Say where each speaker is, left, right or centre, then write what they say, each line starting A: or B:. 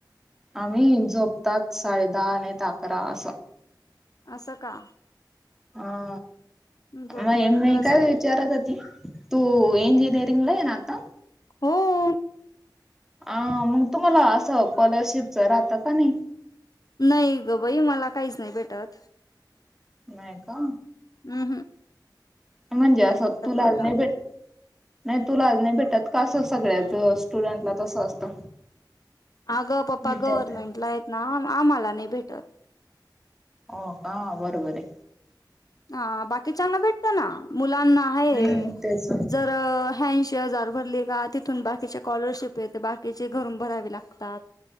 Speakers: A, in the centre; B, on the left.
A: आम्ही जोपतात साडेदहा आणि तर अकरा असं.
B: असं का
A: हा
B: बरोबर
A: नाही
B: आहे
A: मी
B: परत
A: काय विचारात होती, तू इंजिनिअरिंगला हे ना आता?
B: हो.
A: अ मग तुम्हाला असं स्कॉलरशिपच राहतं का नाही.
B: नाही ग बाई मला काहीच नाही भेटत.
A: नाहीय का?
B: हम्. हम.
A: म्हणजे असं तुला
B: मला.
A: आज नाही भेट नाही तुला आज नाही भेटत कासं सगळ्याच स्टुडंटला तसं असतं.
B: अगं पप्पा
A: विद्यार्थ्यांना.
B: गव्हर्नमेंट ला आहेत ना, आम्हाला नाही भेटत.
A: हो का बरोबर आहे.
B: ह बाकीच्याना भेटत ना मुलांना आहे
A: हम्म तेच
B: <inaudible> ज ह <inaudible> े हजार भरले का तिथून बाकीचे कॉलरशिप येत बाकीचे घरून भरावे लागतात.